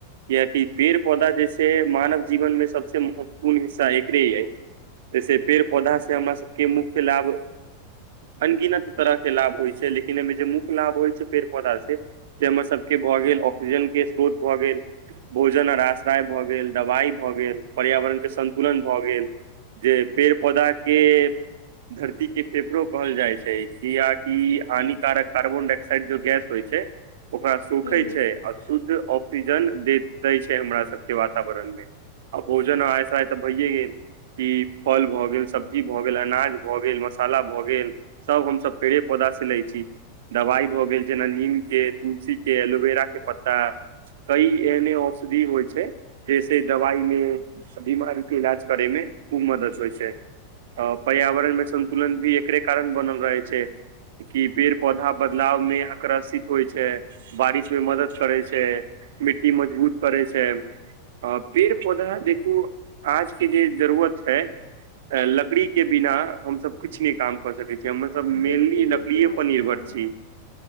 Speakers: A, on the right; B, on the left.
A: कियाकि पेड़ पौधा जैसे मानव जीवन में सबसे महत्वपूर्ण हिस्सा एकरे यै जैसे पेड़ पौधा सेऽ हमरा सबके मुख्यऽ लाभ अगिनत तरह के लाभ होइ छै लेकिन एहिमे जे मुख्य लाभ होइ छै पेड़ पौधा सेऽ जे हमर सबके भऽ गेल ऑक्सीजन के स्त्रोत भऽ गेल भोजन आर आश्रय भऽ गेल दवाइ भऽ गेल पर्यावरण के संतुलन भऽ गेल जे पेड़ पौधा के धरती के फेफड़ो कहल जाय छै कि कियाकि हानिकारक कार्बन डाईक्साइड जो गैस होय छै ओकरा सोखै
B: हूँ हूँ
A: छै अ शुद्ध ऑक्सीजन दे दै छै हमरा सबके वातावरण मे औ भोजन आश्रय तऽ भैए गेल ई फल भऽ गेल सब्जी भऽ गेल अनाज भऽ गेल मसाला भऽ गेल सब हमसब पेड़े पौधा से लय अ छी दवाई भऽ गेल जेना नीम के तुलसी के एलोवेरा के पत्ता कई एहने औषधि होइ छै जैसे दवाई मे स बीमारी के इलाज करै मे खूब मदद होइ छै तऽ पर्यावरण मे संन्तुलन भी एकरे कारण बनल रहै छै कि पेड़-पौधा बदलाव में आक्रशित होइ छै बारिश मे मदद करै छै मिट्टी मजबूत करै छै अ पेड़-पौधा देखू आज के जे जरूरत छै अ लकड़ी के बिना हमस कुछ नै काम क सकै छी हमर सभ मेनली
B: बिल्कुल
A: लकड़िये
B: बिल्कुल अहाँ
A: पर
B: सही
A: निर्भर
B: कहलौं
A: छी